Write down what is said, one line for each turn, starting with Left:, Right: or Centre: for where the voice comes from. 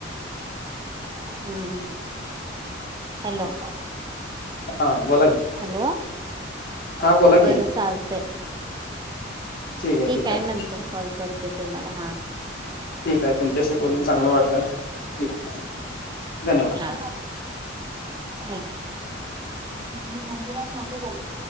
Right: हम्म. हॅलो.
Left: हा, बोला की.
Right: हॅलो.
Left: हा बोला
Right: बरं
Left: की
Right: चालतंय.
Left: ठीक आहे
Right: ठीकाय.
Left: ठीक आहे
Right: नंतर कॉल करतो तुम्हाला. हा.
Left: ठीकाय. तुमच्याशी बोलून चांगलं वाटलं. धन्यवाद
Right: हा, ठीके. मी मंदिरात नव्हतो गेले.